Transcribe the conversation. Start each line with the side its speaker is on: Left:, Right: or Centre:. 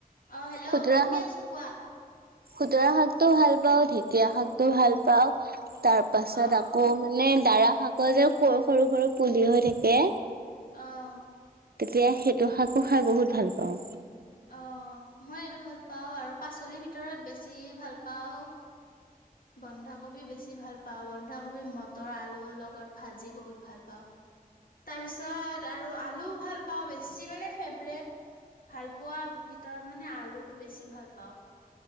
Left: অ হেল্ল'
Right: খুতুৰা
Left: শুনি
Right: শাক
Left: আছো কোৱা।
Right: খুতুৰা শাকটো ভাল পাওঁ ঢেকীয়া শাকটো ভাল পাওঁ। তাৰ পাছত
Left: অ'
Right: আকৌ মানে দাৰা শাকৰ যে সৰু সৰু পুলি হৈ থাকে।
Left: অঁ।
Right: তেতিয়া সেইটো শাকো খাই বহুত ভাল পাওঁ।
Left: অ মই এইটো ভাল পাওঁ আৰু পাচলিৰ ভিতৰত বেছি ভাল পাওঁ। বন্ধাকবি বেছি ভাল পাওঁ বন্ধাকবি মটৰ আলুৰ লগত ভাজি বহুত ভাল পাওঁ। তাৰপিছত আৰু আলু ভাল পাওঁ বেছি মানে ফেভৰেট। ভাল পোৱা ভিতৰত মানে আলুটো বেছি ভাল পাওঁ।